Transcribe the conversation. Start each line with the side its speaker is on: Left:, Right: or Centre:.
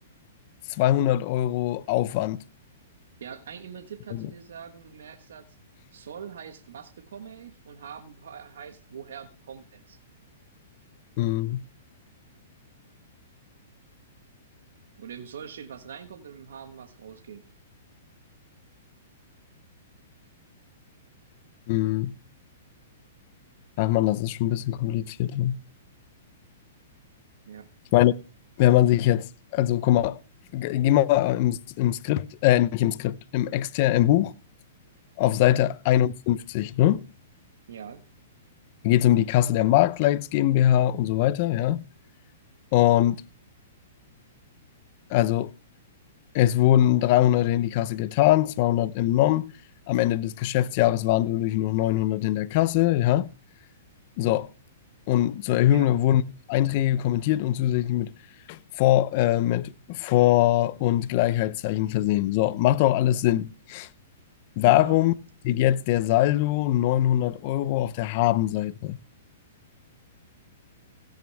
Left: 200 Euro Aufwand.
Right: Ja, eigentlich im Prinzip kannst
Left: Also,
Right: du dir sagen, Merksatz, soll heißt, was bekomme ich und haben he- heißt, woher kommt es?
Left: mm,
Right: Oder im soll steht, was reinkommt und im haben, was rausgeht.
Left: mm. Ach man, das ist schon ein bisschen kompliziert. ne?
Right: Ja.
Left: Ich meine, wenn man sich jetzt, also guck mal, ge- geh mal im, im Skript, äh, nicht im Skript, im externen, im Buch auf
Right: Mhm.
Left: Seite 51, ne?
Right: Ja,
Left: Da geht es um die Kasse der Marktleits GmbH und so weiter, ja. Und also es wurden 300 in die Kasse getan, 200 entnommen. Am Ende des Geschäftsjahres waren dadurch noch 900 in der Kasse, ja. So. Und zur Erhöhung
Right: ja.
Left: wurden Einträge kommentiert und zusätzlich mit Vor-, äh, mit Vor- und Gleichheitszeichen versehen. So, macht auch alles Sinn. Warum
Right: Ja.
Left: steht jetzt der Saldo 900 Euro auf der Habenseite?